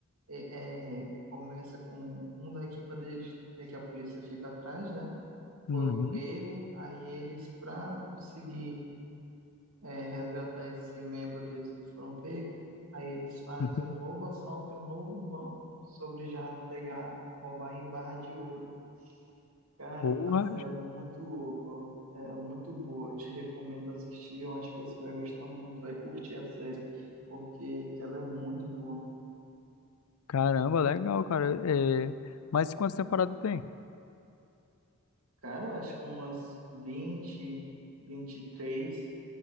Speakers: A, on the right; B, on the left.
A: é, é, começa com um da equipa deles, é que a polícia fica atrás, né?
B: Uhum.
A: Foram pego, aí eles, para conseguir é, resgatar esse membro deles que foram pegos, aí eles fazem
B: <laughs>
A: um novo assalto e um novo banco sobre já pegar, roubar em barra de ouro. Cara,
B: Porra,
A: a série é muito louca, ó. é muito boa. Eu te recomendo assistir. Eu acho que você vai gostar muito, vai curtir a série, porque ela é muito boa.
B: caramba, legal, cara. É, mas quantas temporadas tem?
A: Cara, acho que umas vinte, vinte e três